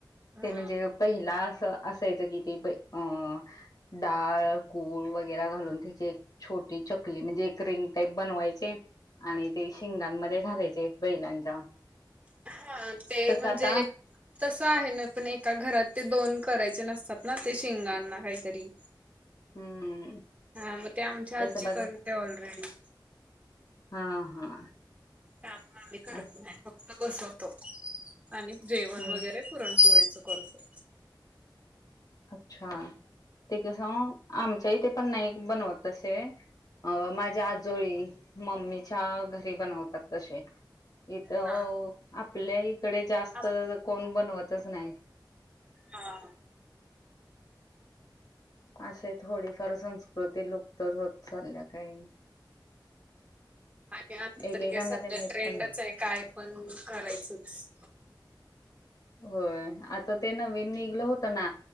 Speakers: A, on the left; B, on the right.
A: ते
B: हा
A: म्हणजे पहिला असं असायचं की ते अ डाळ गुळ वगैरे घालून त्याची एक छोटी चकली म्हणजे एक रिंग टाईप बनवायचे आणि ते शिंगांमध्ये घालायचे बैलांच्या
B: हा ते
A: तसं
B: म्हणजे
A: आता
B: एक तस आहे ना पण एका घरात ते दोन करायचे नसतात ना ते शिंगना काहीतरी
A: हम्म
B: हा मग ते आमच्या
A: तसं
B: आजी
A: बघ
B: करते ऑलरेडी
A: हा हा
B: काम आम्ही करत
A: अ-
B: नाही फक्त बसवतो. आणि जेवण
A: हम्म
B: वगैरे पुरणपोळीच करतो.
A: अच्छा. ते कस आमच्या इ ते पण नाही बनवतसे अ माझ्या आजोळी मम्मीच्या घरी बनवतात तसे. इथ
B: हा
A: आपल्या इकडे जास्त
B: आप
A: कोण बनवतच नाही?
B: हा.
A: असे थोडीफार संस्कृती लुप्तच होत चालल्या काही
B: आणि आता
A: एकेकांना
B: तरी का सध्या
A: ते माहित
B: ट्रेंडच
A: पण नाही.
B: आहे काय पण करायचच.
A: होय. आता ते नवीन निघलं होतं ना